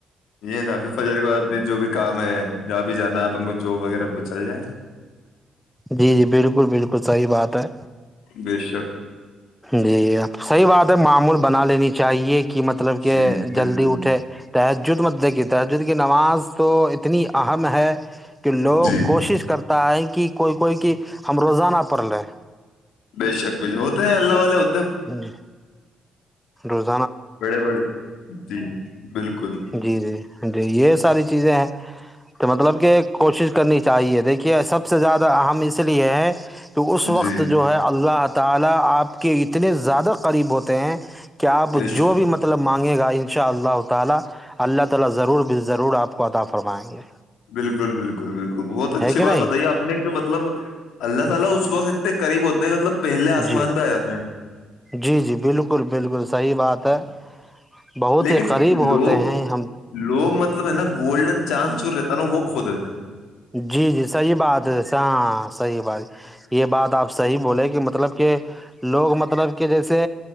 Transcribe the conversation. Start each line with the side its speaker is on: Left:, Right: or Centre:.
Left: یہ ناف فجر کے بد میں جو بھی کام ہے جہاں بھی جانا ہے ان کو جاب وغیرہ وہ چل جائے
Centre: جی جی بالکل بالکل صحیح بات ہے
Left: بے شک
Centre: جیب صحیح بات ہے معمول بنا لینی چاہیے کہ مطلب کہ
Left: جی جی بالکل
Centre: جلدی اٹھے تو جو مدے تجد کی نماز تو اتنی آ ہم ہے کہ لوگ
Left: جی
Centre: کوشش کرتا ہے کہ کوئی کوئی کہ ہم روزانہ پڑ رہے
Left: بے شک ب ہو تو ہے اللہ والے ہو
Centre: ہی <inaudible> روز <inaudible>
Left: بڑے بڑے جی بالکل
Centre: جی جی جی یہ ساری چیزیں ہیں تو مطلب کہ کوشش کرنی چاہیے دیکھیے سب سے زیادہ اہم اس لیے ہے تو اس وقت
Left: جی
Centre: جو ہے اللہ تعالا آپ کے اتنے زیادہ قریب ہوتے ہیں کہ کیا آپ
Left: بے شک
Centre: جو بھی مطلب مانگے گا ان شاء اللہ تالا اللہ تعالی ضرور اپ کو عطا فرمائیں گے
Left: بالکل بالکل بالکل بہت اچھی
Centre: ہے کہ
Left: بات
Centre: نہیں
Left: بتائی اپ نے مطلب اللہ تعالی اس وقت اتنے قریب ہوتے ہیں مطلب پہلے آسمان
Centre: جی
Left: پہ آ جاتے ہیں
Centre: جی جی بالکل بالکل صحی بات
Left: جی۔
Centre: ہے بہت
Left: لیکن
Centre: ہی قریب ہوتے
Left: لوگ
Centre: ہیں ہم
Left: لوگ مطلب ہے نا گولڈن چانس چور رہتے د وہ کھو دیتے ہیں
Centre: جی جی صحیح بات ہے ہاں صحیح بات یہ بات آپ صحیح بولے کہ مطلب کہ لوگ مطلب کہ جیسے